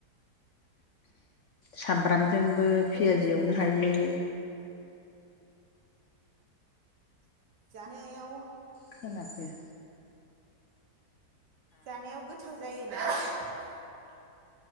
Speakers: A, on the left; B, on the right.
A: सामब्राम जोंबो
B: ओरैनो
A: पियाजि एवनो
B: फख'
A: हायो।
B: रि जानायाव
A: खोना फैया
B: जानायाव गोथाव जायो <unintelligible>